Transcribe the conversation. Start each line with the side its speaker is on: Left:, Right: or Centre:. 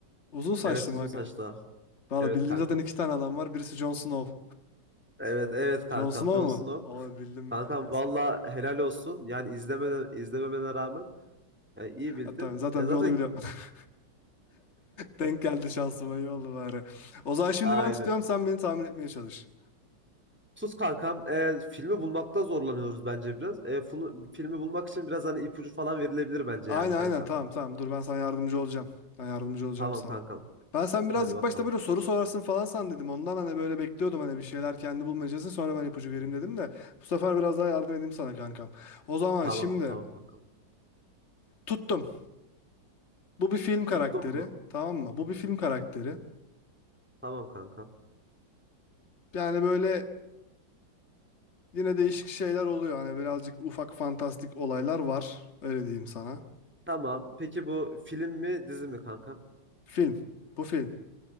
Left: Uzun saçlı
Centre: Evet uzun
Left: mı aga?
Centre: saçlı.
Left: Valla
Centre: Evet
Left: bildiğim
Centre: kankam.
Left: zaten iki tane adam var. Birisi Jon Snow.
Centre: Evet evet kankam
Left: Jon Snow
Centre: Jon
Left: mu?
Centre: Snow.
Left: O bildim
Centre: Kankam
Left: be. Yes
Centre: valla
Left: be.
Centre: helal olsun. Yani izleme, izlememene rağmen yani iyi
Left: Hatta
Centre: bildin.
Left: zaten
Centre: E, zaten
Left: bir onu biliyorum. <laughs> Denk geldi şansıma iyi oldu bari. O
Centre: <laughs>
Left: zaman şimdi
Centre: aynen.
Left: ben tutuyorum sen beni tahmin etmeye çalış.
Centre: Tuz kankam. Ee, filmi bulmakta zorlanıyoruz bence biraz. Ee, ful- filmi bulmak için biraz hani ipucu falan verilebilir bence
Left: Aynen
Centre: yani kankam.
Left: aynen tamam tamam dur ben sana yardımcı olacağım. Ben yardımcı olacağım
Centre: Tamam
Left: sana.
Centre: kankam.
Left: Ben sen
Centre: Hadi
Left: biraz ilk
Centre: bakalım.
Left: başta böyle soru sorarsın falan sandıydım. Ondan hani böyle bekliyordum hani bir şeyler kendi bulmayacaksın. Sonra ben ipucu
Centre: Hmm,
Left: vereyim dedim de. Bu sefer biraz daha yardım edeyim sana kankam. O zaman
Centre: Tamam
Left: şimdi
Centre: tamam kankam.
Left: tuttum. Bu bir film karakteri.
Centre: Tuttun mu?
Left: Tamam mı? Bu bir film karakteri.
Centre: Tamam kankam.
Left: Yani böyle yine değişik şeyler oluyor. Hani birazcık ufak fantastik olaylar var. Öyle diyeyim sana.
Centre: Tamam. Peki bu film mi dizi mi kankam?
Left: Film. Bu film.